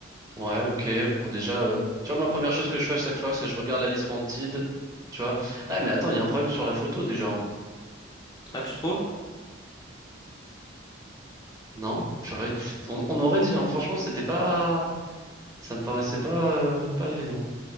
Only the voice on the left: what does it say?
Ah, tu trouves?